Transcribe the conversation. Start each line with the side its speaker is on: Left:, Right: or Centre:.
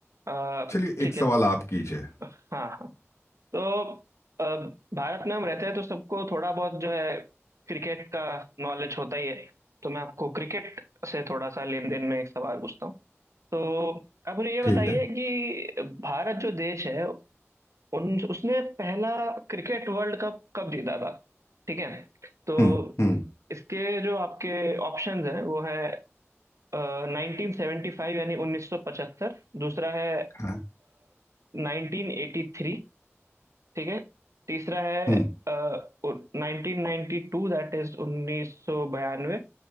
Right: अ,
Left: चलिए
Right: ठीक
Left: एक
Right: है
Left: सवाल आप कीजिए
Right: हाँ हाँ तो अ, भारत में हम रहते हैं तो सबको थोड़ा बहुत जो है क्रिकेट का नॉलेज होता ही है तो मैं आपको क्रिकेट से थोड़ा सा लेन देन में एक सवाल पूछता हूँ तो आप मुझे ये
Left: ठीक
Right: बताइए
Left: है
Right: कि भारत जो देश है उन उसने पहला क्रिकेट वर्ल्ड कप कब जीता था ठीक है तो
Left: हम्म हम्म
Right: इसके जो आपके ऑप्शंस हैं वो है नाइनटीन सेवेंटी फाइव यानी उन्नीस सौ पचहत्तर दूसरा है
Left: हाँ
Right: नाइनटीन एटी थ्री ठीक है तीसरा है
Left: हम्म
Right: nineteen ninety two that is उन्नीस सौ बयानवे